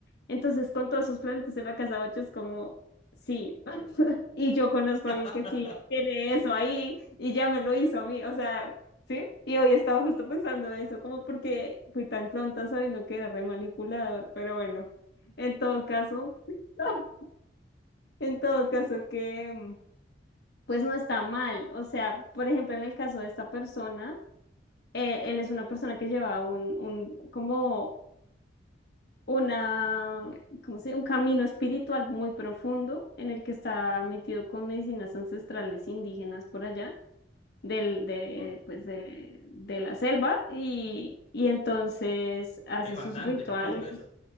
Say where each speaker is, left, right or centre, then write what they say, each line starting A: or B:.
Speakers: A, on the left; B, on the left.
A: Entonces, con todos esos planetas en la casa 8 es como, sí. <laughs> Y yo conozco
B: <laughs>
A: a alguien que sí tiene eso ahí y ya me lo hizo a mí, o sea, sí. Y hoy estaba justo pensando eso, como porque fui tan tonta sabiendo que era re manipulador, pero bueno, en todo caso, <laughs> en todo caso que, mm, pues no está mal. O sea, por ejemplo, en el caso de esta persona, eh, él es una persona que lleva un, un, como una, ¿cómo se? llama? Un camino espiritual muy profundo en el que está metido con medicinas ancestrales indígenas por allá, del, de,
B: Ok.
A: pues de, de la selva, y, y entonces hace
B: Es bastante
A: sus rituales
B: profundo eso.
A: y